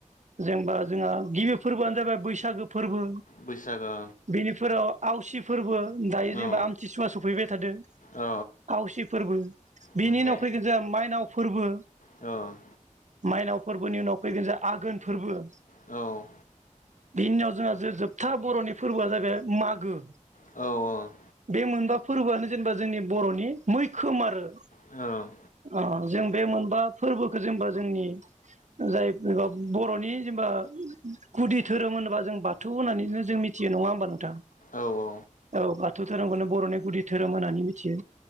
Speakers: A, on the right; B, on the left.
A: जेनेबा जोंहा गिबि फोरबोआनो जाबाय बैसागो फोरबो
B: बैसागो
A: बेनिफोराव आवसि फोरबो दायो जेनबा
B: औ
A: आमथिसुवा सफैबाय थादो
B: औ
A: आवसि फोरबो बिनि
B: ओमफ्राय
A: उनाव फैगोन जोंहा माइनाव फोरबो
B: औ
A: माइनाव फोरबोनि उनाव फैगोन जोया आघोन फोरबो
B: औ
A: बिनिआव जोंहा जो जोबथा बर'नि फोरबोआ जागोन मागो
B: औ औ
A: बे मोनबा फोरबोआनो जेनेबा जोंनि बर'नि मैखोम आरो
B: औ
A: ओ जों बे मोनबा फोरबोखौ जेनेबा जोंनि जाय बर'नि जेनेबा गुदि धोरोम होनबा जों बाथौ होनानैनो जों मिथियो नङा होमबा नोंथां
B: औ औ
A: औ बाथौ धोरोमखौनो बर'नि गुदि धोरोम होननानै मिथियो